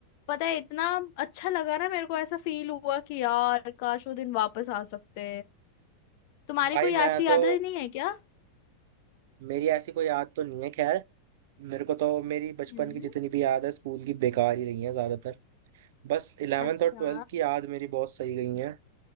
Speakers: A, on the left; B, on the right.
A: पता है इतना अच्छा लगा ना मेरे को ऐसा फील हुआ कि यार काश वो दिन वापस आ सकते तुम्हारी
B: भाई
A: कोई
B: मैं
A: ऐसी यादें
B: तो
A: नहीं है क्या
B: मेरी ऐसी कोई याद तो नहीं है खैर मेरे को तो मेरी बचपन
A: हम्म
B: की जितनी भी याद है स्कूल की बेकार ही रही है ज्यादातर बस इलेवेंथ
A: अच्छा
B: और ट्वेल्थ की याद मेरी बहुत सही गई है